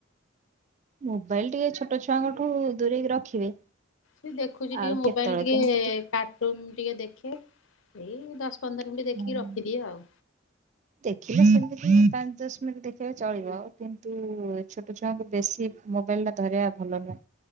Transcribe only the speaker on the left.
ସେ ଦେଖୁଛି ଟିକେ
ମୋବାଇଲ
ଟିକେ
କା କାର୍ଟୁନ ଟିକେ ଦେଖେ ଏଇ ଦଶ-ପନ୍ଦର ମିନିଟ୍
ଦେଖିକି ରଖିଦିଏ ଆଉ।